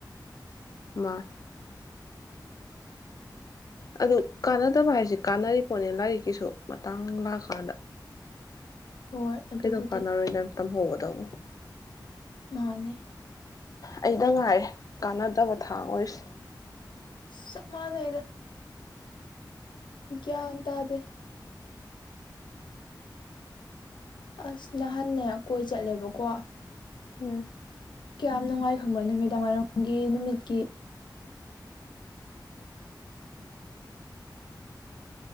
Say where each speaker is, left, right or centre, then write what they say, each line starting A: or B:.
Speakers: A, on the left; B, on the left.
A: ꯃꯅꯦ
B: <inaudible>
A: ꯑꯗꯨ ꯀꯥꯟꯅꯗꯕ ꯍꯥꯏꯁꯦ ꯀꯥꯟꯅꯔꯤ ꯄꯣꯠꯅꯦ ꯂꯥꯏꯔꯤꯛꯀꯤꯁꯨ ꯃꯇꯥꯡ ꯂꯥꯛꯑꯀꯥꯟꯗ
B: ꯍꯣꯏ ꯑꯗꯨꯕꯨꯗꯤ
A: ꯀꯩꯗꯧ ꯀꯥꯟꯅꯔꯣꯏ ꯅꯝ ꯇꯝꯍꯧꯒꯗꯧ
B: ꯃꯥꯅꯦ
A: ꯑꯩꯗꯪ ꯉꯥꯏꯔꯦ ꯀꯥꯟꯅꯗꯕ ꯊꯥꯡ ꯑꯣꯏꯔꯤꯁꯤ
B: ꯆꯞ ꯃꯥꯟꯅꯩꯗ ꯒ꯭ꯌꯥꯟ ꯇꯥꯗꯦ ꯑꯁ ꯅꯍꯥꯟꯅꯦ ꯀꯣꯏ ꯆꯠꯂꯦꯕꯀꯣ
A: ꯎꯝ
B: ꯀ꯭ꯌꯥꯝ ꯅꯨꯡꯉꯥꯏ ꯈꯪꯕ꯭ꯔꯣ ꯅꯨꯃꯤꯗꯥꯡꯋꯥꯏꯔꯝꯒꯤ ꯅꯨꯃꯤꯠꯀꯤ